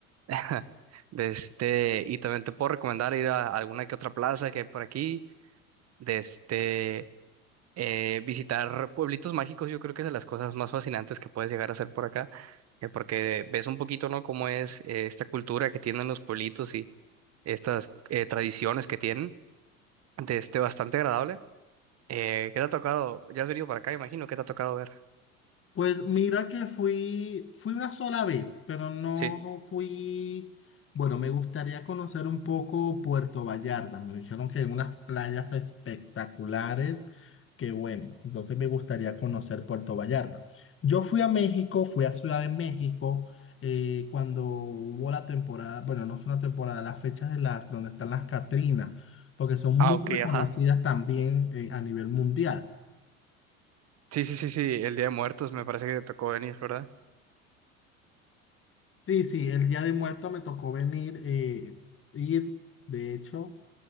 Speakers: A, on the right; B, on the left.
A: <laughs> De este, y también te puedo recomendar ir a alguna que otra plaza que hay por aquí. De este, eh, visitar pueblitos mágicos, yo creo que es de las cosas más fascinantes que puedes llegar a hacer por acá, eh, porque ves un poquito, ¿no? Cómo es eh, esta cultura que tienen los pueblitos y estas eh, tradiciones que tienen, de este bastante agradable. Eh, ¿qué te ha tocado? Ya has venido para acá, imagino, ¿qué te ha tocado ver?
B: Pues mira que fui, fui una sola vez, pero no
A: Sí.
B: fui, bueno, me gustaría conocer un poco Puerto Vallarta. Me dijeron que hay unas playas espectaculares, que bueno, entonces me gustaría conocer Puerto Vallarta. Yo fui a México, fui a Ciudad de México, eh, cuando hubo la temporada, bueno, no fue una temporada, las fechas de las, donde están las Catrinas, porque son muy
A: Ah, ok,
B: reconocidas
A: ajá.
B: también, eh, a nivel mundial.
A: Sí, sí, sí, sí, el Día de Muertos me parece que te tocó venir, ¿verdad?
B: Sí, sí, el Día de Muerto me tocó venir, eh, ir, de hecho,